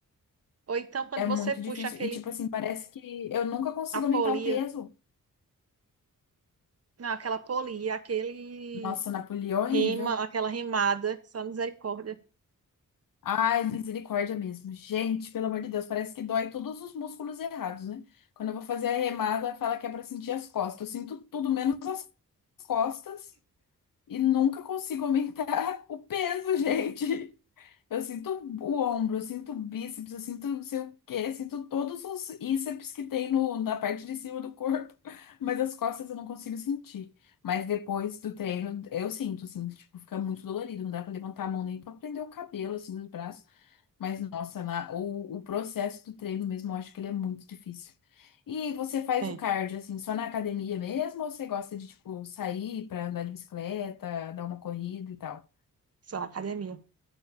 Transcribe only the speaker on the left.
É muito
difícil.
E, tipo assim, parece que eu nunca consigo
aumentar
o peso.
Nossa, Napoleão
é horrível.
Ai, misericórdia mesmo. Gente, pelo amor de Deus, parece que dói todos os músculos errados, né? Quando eu vou fazer a remada, fala que é pra sentir as costas. Eu sinto tudo menos as costas e nunca consigo aumentar <laughs> o peso, gente. Eu sinto o ombro, eu sinto o bíceps, eu sinto não sei o quê, eu sinto todos os íceps que tem no, na parte de cima do corpo, <laughs> mas as costas eu não consigo sentir. Mas depois do treino, eu sinto, assim, tipo, fica muito dolorido, não dá pra levantar a mão nem pra prender o cabelo, assim, nos braços. Mas, nossa, na- o, o processo do treino mesmo, eu acho que ele é muito difícil. E você faz
o cardio, assim, só na academia mesmo? Ou você gosta de, tipo, sair pra andar de bicicleta, dar uma corrida e tal?